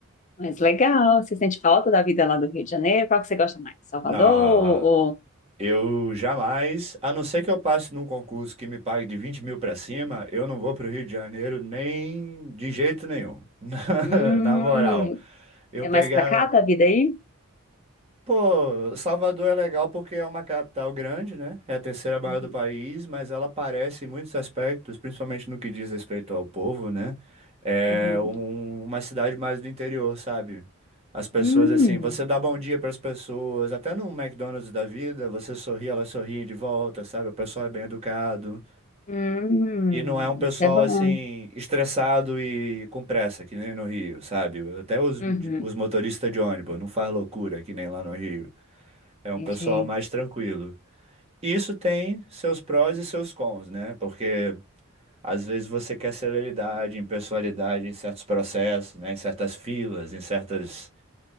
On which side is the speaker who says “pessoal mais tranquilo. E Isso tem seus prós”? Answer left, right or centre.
Right